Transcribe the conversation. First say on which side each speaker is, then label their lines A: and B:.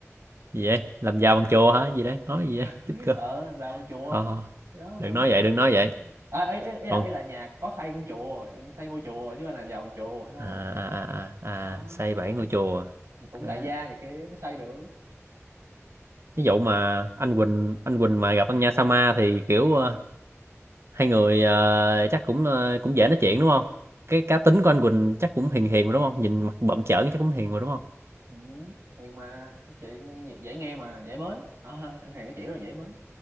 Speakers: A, on the right (about 55°); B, on the right (about 75°).
A: gì vậy làm giàu bằng chùa hả gì đấy nói gì vậy <laughs>
B: <laughs>
A: chích cơ
B: ở vào con chùa
A: thôi thôi
B: đó
A: đừng
B: cũng
A: nói vậy đừng nói vậy
B: à, ý, ý, ý là
A: còn
B: ý là nhà có xây con chùa xây ngôi chùa chứ không làm giàu con chùa đúng không
A: à à à à,
B: đó
A: à xây
B: thì
A: bảy
B: cũng
A: ngôi chùa
B: thì cũng
A: Ok.
B: đại gia này kia mới xây được
A: ví dụ mà anh Quỳnh anh Quỳnh mà gặp anh Nha Sama thì kiểu ờ, hai người ờ, chắc cũng ờ, cũng dễ nói chuyện đúng không cái cá tính của anh Quỳnh chắc cũng hiền hiền rồi đúng không nhìn mặt bậm trợn chắc cũng hiền rồi đúng không
B: ừ. nhưng mà cái chuyện dễ, dễ nghe mà dễ mến Ờ, anh Hoàng nói chuyện rất là dễ mến